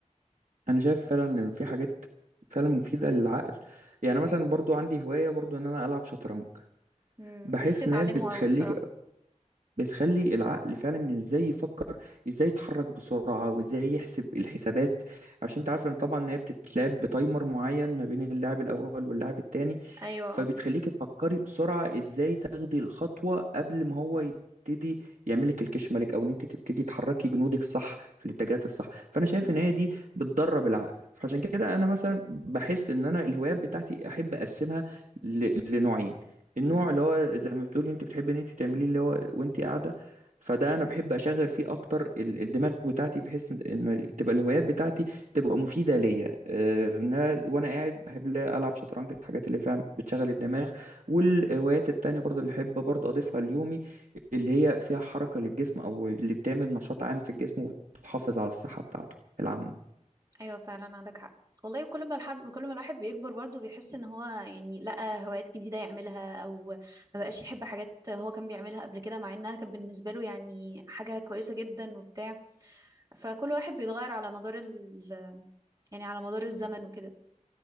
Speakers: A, on the right; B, on the right.
A: انا شايف فعلا ان في حاجات فعلا مفيده للعقل يعني مثلا برضو عندي هوايه برضو ان انا العب شطرنج
B: مم،
A: بحيث
B: نفسي اتعلمه
A: ان هي بتخليك
B: قوي بصراحه
A: بتخلي العقل فعلا ازاي يفكر ازاي يتحرك بسرعه وازاي يحسب الحسابات عشان انت عارف ان طبعا ان هي بتتلعب بتايمر معين ما بين اللاعب الاول واللاعب التاني
B: ايوه
A: فبتخليك تفكري بسرعه ازاي تاخدي الخطوه قبل ما هو يبتدي يعملك الكش ملك او ان انت تبتدي تحركي جنودك صح في الاتجاهات الصح فانا شايف
B: مم.
A: ان هي دي بتدرب العقل فعشان كده انا مثلا بحس ان انا الهوايات بتاعتي احب اقسمها ل- لنوعين النوع
B: مم.
A: اللي هو زي ما بتقولي انت بتحبي ان انت تعمليه اللي هو وانت قاعده فده انا بحب اشغل فيه اكتر ال- الدماغ بتاعتي بحيث ان إن تبقى الهوايات بتاعتي تبقى مفيده ليا آه، ان أنا وانا قاعد بحب لا العب شطرنج الحاجات اللي فعلا بتشغل الدماغ والهوايات التانية برضو اللي احب برضو اضيفها ليومي اللي هي فيها حركه للجسم او اللي بتعمل نشاط عام في الجسم وتحافظ على الصحه بتاعته العامه
B: ايوه فعلا عندك حق والله كل ما الحد كل ما الواحد بيكبر برضه بيحس ان هو يعني لقى هوايات جديده يعملها او ما بقاش يحب حاجات هو كان بيعملها قبل كده مع انها كانت بالنسبه له يعني حاجه كويسه جدا وبتاع فكل واحد بيتغير على مدار ال... يعني على مدار الزمن وكده